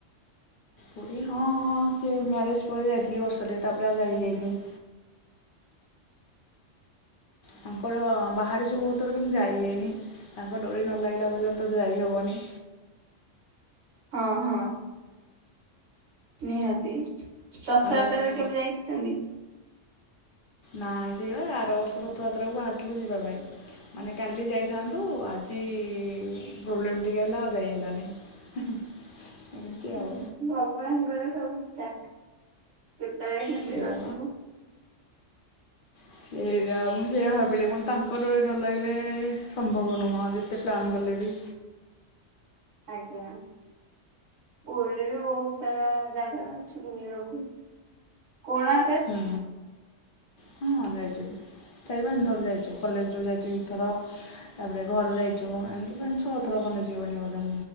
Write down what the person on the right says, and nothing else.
ହଁ ହଁ। ନିହାତି ରଥଯାତ୍ରାରେ
କେବେ ଯାଇଛନ୍ତି?
ହୁଁ,
ଭଗବାନଙ୍କର ସବୁ ଇଚ୍ଛା କେତେବେଳେ ନେବେ
ପାଖୁକୁ।
ଆଜ୍ଞା। ବୁଲିଲେ ବି ବହୁତ ସାରା ଜାଗା ଅଛି ବୁଲିବାକୁ। କୋଣା